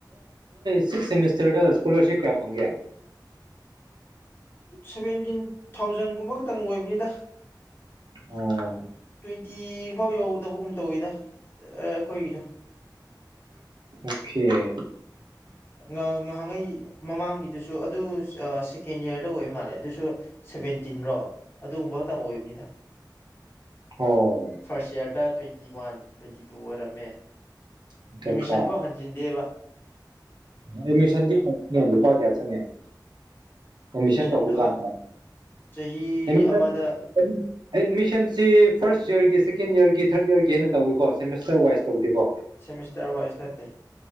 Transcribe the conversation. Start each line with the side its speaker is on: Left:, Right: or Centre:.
Right: ꯁꯤꯁ ꯁꯦꯇꯔ ꯏꯁꯀꯣꯂꯔꯁꯤꯞ ꯀꯌꯥ ꯐꯪꯒꯦ
Left: ꯁꯚꯦꯟꯇꯤꯟ ꯊꯥꯎꯖꯟꯒꯨꯝꯕ ꯈꯛꯇꯪ ꯂꯣꯏꯕꯅꯤꯗ
Right: ꯑꯣꯝ
Left: ꯇ꯭ꯋꯦꯟꯇꯤ ꯐꯥꯎ ꯌꯧꯗꯕꯒꯨꯝ ꯇꯧꯋꯗ ꯑ ꯀꯕꯤꯗ
Right: ꯑꯣꯦ
Left: ꯉꯥꯏꯍꯥꯛꯉꯩ ꯃꯃꯥꯡꯒꯤꯗꯨꯁꯨ ꯑꯗꯨ ꯁꯦꯀꯦꯟ ꯌꯌꯥꯔꯗ ꯑꯣꯏ ꯃꯥꯜꯂꯦ ꯑꯗꯨꯁꯨ ꯁꯕꯦꯟꯇꯤꯟꯔꯣ ꯑꯗꯨꯒꯨꯝꯕ ꯑꯣꯏꯕꯅꯤꯗ
Right: ꯑꯣ
Left: ꯐꯔꯁꯤꯌꯥꯗ ꯇ꯭ꯋ ꯇꯋꯇꯤ ꯋꯥꯟ ꯇ꯭ꯋꯦꯟꯇꯤ ꯇꯨ ꯑꯣꯏꯔꯝꯃꯦ
Right: ꯑꯠꯆꯥ
Left: ꯑꯦꯃꯤꯁꯟ
Right: ꯑꯠꯆꯥ
Left: ꯐꯥꯎ ꯍꯟꯖꯤꯟꯗꯦꯕ
Right: ꯑꯦꯗꯃꯤꯁꯟꯗꯤ ꯈ ꯄꯍ ꯑꯦꯠꯃꯤꯁꯟ
Left: ꯑꯦꯠꯃꯤꯁꯟꯗꯣ
Right: ꯇꯧꯕ ꯀꯥꯟꯗ
Left: ꯆꯍꯤ
Right: ꯑꯦꯠꯃꯤꯁꯟꯁꯤ
Left: ꯑꯃꯗ
Right: ꯐꯔꯁ ꯌꯌꯔꯒꯤ ꯁꯦꯀꯦꯟ ꯌꯔꯒꯤ ꯊꯔꯠ ꯌꯔꯒꯤ ꯍꯥꯏꯅ ꯇꯧꯋꯦꯀꯣꯦꯃꯦꯁꯔ ꯋꯥꯏꯁ ꯇꯧꯦꯀꯣ
Left: ꯁꯦꯃꯤꯁꯇꯔ ꯋꯥꯏꯁ ꯅꯠꯇꯦ